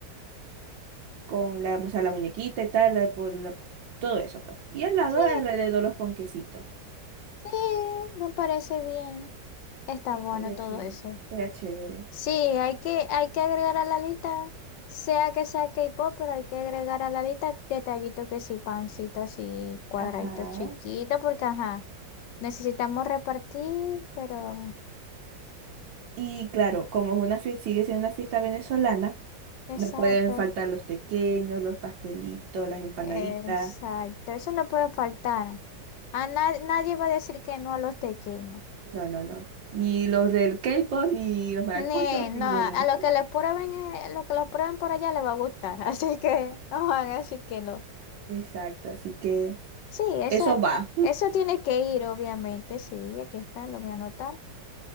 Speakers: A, on the right (about 80°); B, on the left (about 80°).
A: con la, o sea, la muñequita y tal, la- por la- todo eso, pues. Y al lado,
B: Sí,
A: alrededor, los ponquecitos.
B: sí, me parece bien. Está
A: Estaría
B: bueno todo
A: chido,
B: eso.
A: estaría chévere.
B: Sí, hay que, hay que agregar a la lista, sea que sea K-pop, pero hay que agregar a la lista detallitos que sí, pancitos y cuadraditos
A: Ajá.
B: chiquitos, porque ajá, necesitamos repartir, pero
A: Y claro, como es una fiesta, sigue siendo una fiesta venezolana,
B: exacto,
A: No pueden faltar los pequeños, los pastelitos, las empanaditas.
B: exacto, eso no puede faltar. A na- nadie va a decir que no a los pequeños.
A: No, no, no. Ni los del K-pop, ni los maracuchos,
B: Ni,
A: ninguno.
B: no, a lo que les prueben, eh, lo que los prueben por allá les va a gustar, <laughs> así que no van a decir que no.
A: Exacto, así que
B: Sí, eso,
A: eso va.
B: eso tiene que ir, obviamente, sí, aquí está, lo voy a anotar.